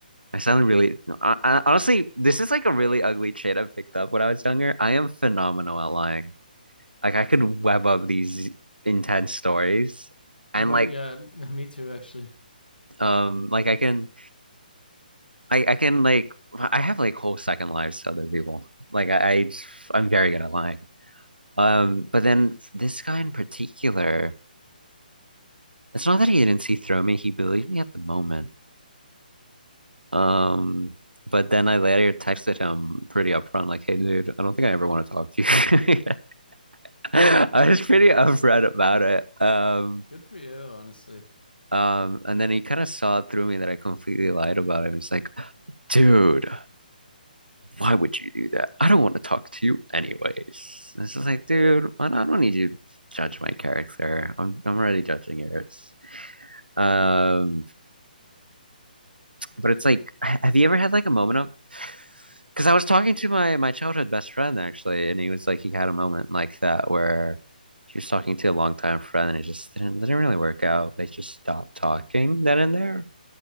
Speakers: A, on the right (about 85°); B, on the left (about 80°).
A: I sound really, no, I, I, honestly, this is like a really ugly trait I picked up when I was younger. I am phenomenal at lying. Like I could web up these intense stories and
B: Um.
A: Oh, like,
B: Yeah. <laughs> Me too. Actually.
A: um, like I can, I, I can like, I have like whole second lives to other people. Like I, I, I'm very good at lying. Um, but then this guy in particular, it's not that he didn't see through me. He believed me at the moment. Um, But then I later texted him pretty upfront, like, "Hey, dude, I don't think I ever want to talk to you." <laughs> <laughs> I was pretty upfront about it. Um,
B: Good for you. Honestly.
A: um, and then he kind of saw through me that I completely lied about him. He's like, dude, why would you do that? I don't want to talk to you anyways. And it's just like, dude, I don't, I don't need you to judge my character. I'm I'm already judging yours. Um, But it's like, <laughs> h- have you ever had like a moment of? Because I was talking to my my childhood best friend actually, and he was like, he had a moment like that where he was talking to a longtime friend, and it just didn't didn't really work out. They just stopped talking then and there.